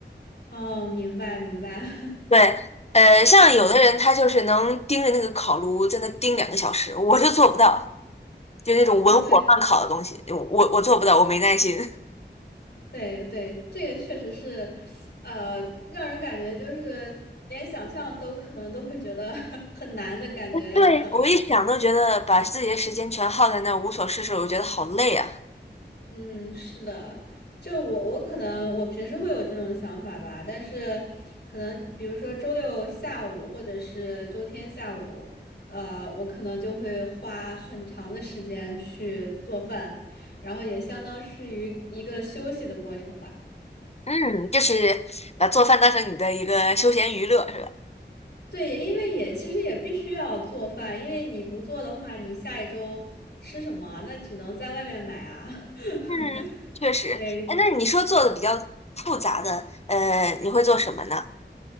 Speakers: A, on the left (about 65°); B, on the left (about 35°).
A: 哦，明白明白，<laughs>
B: 对，呃，像有的人他就是能盯着那个烤炉在那盯两个小时，
A: 嗯
B: 我就做不到，就那种文火慢烤的东西，
A: 啊，对
B: 我我我做不到，我没耐心。<laughs>
A: 对对，这个确实是，呃，让人感觉就是连想象都可能都会觉得 <laughs> 很难的感觉，要等两。
B: 对，我一想都觉得把自己的时间全耗在那儿无所事事，我觉得好累啊。
A: 嗯，是的，就我我可能我平时会有这种想法吧，但是可能比如说周六下午或者是周天下午，呃，我可能就会花很长的时间去做饭，然后也相当是于一个休息的过程吧。
B: 嗯，就是把做饭当成你的一个休闲娱乐，是吧？
A: 对，也因为也其实也必须要做饭，因为你不做的话，你下一周吃什么啊？那只能在外面买啊。<laughs>
B: 嗯，确实。
A: 对。
B: 哎，那你说做的比较复杂的，呃，你会做什么呢？